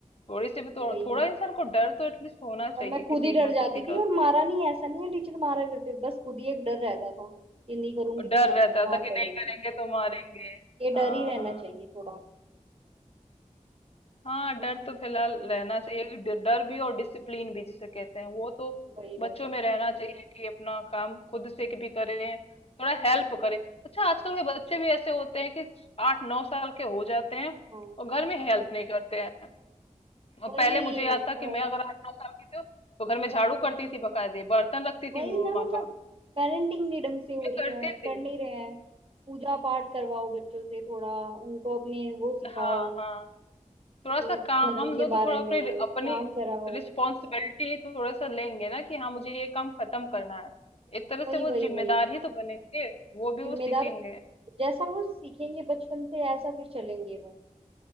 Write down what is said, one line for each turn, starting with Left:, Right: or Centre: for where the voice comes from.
Left: थोड़ी सी भी तो
Right: वही
Left: थोड़ा इंसान को डर तो एटलीस्ट होना चाहिए
Right: और मैं खुद
Left: किसी
Right: ही डर
Left: ना
Right: जाती
Left: किसी का
Right: थी और मारा नहीं ऐसा नहीं है टीचर मारा करते थे, बस खुद ही एक डर रहता था कि नहीं करूंगी
Left: और डर
Right: तो मा,
Left: रहता
Right: मार
Left: था कि
Right: पड़ेगी
Left: नहीं करेंगे तो मारेंगे
Right: ये डर
Left: हाँ
Right: ही रहना
Left: हाँ
Right: चाहिए थोड़ा
Left: हाँ
Right: बस
Left: डर तो फिलहाल रहना चाहिए कि डर डर भी और डिसिप्लिन भी जिसे कहते हैं वो तो
Right: वही
Left: बच्चों
Right: वही
Left: में रहना चाहिए कि अपना काम खुद से भी करें थोड़ा हेल्प करें अच्छा आजकल के बच्चे भी ऐसे होते हैं कि आठ नौ साल के हो जाते हैं
Right: हाँ
Left: और घर में हेल्प नहीं करते हैं और
Right: वही
Left: पहले मुझे याद था कि
Right: और
Left: मैं अगर आठ नौ साल की थी तो घर में झाड़ू करती थी बकायदे बर्तन रखती
Right: वही
Left: थी मम्मा
Right: ना मतलब
Left: का
Right: पेरेंटिंग नहीं ढंग से हो
Left: मैं
Right: रही
Left: करती
Right: है कर
Left: थी
Right: नहीं रहे हैं पूजा पाठ करवाओ बच्चों से थोड़ा उनको अपने वो सिखाओ
Left: हाँ हाँ थोड़ा
Right: अपने
Left: सा काम
Right: धर्म के
Left: दो तो
Right: बारे
Left: थोड़ा अपनी
Right: में
Left: अपनी
Right: काम कराओ
Left: रिस्पॉन्सिबिलिटी थोड़ा सा लेंगे ना कि हाँ मुझे ये काम खत्म करना है एक तरह
Right: वही
Left: से वो
Right: वही
Left: जिम्मेदार
Right: वही
Left: ही तो बनेंगे वो भी
Right: जिम्मेदार
Left: वो सीखेंगे
Right: जैसा वो सीखेंगे बचपन से ऐसा फिर चलेंगे वो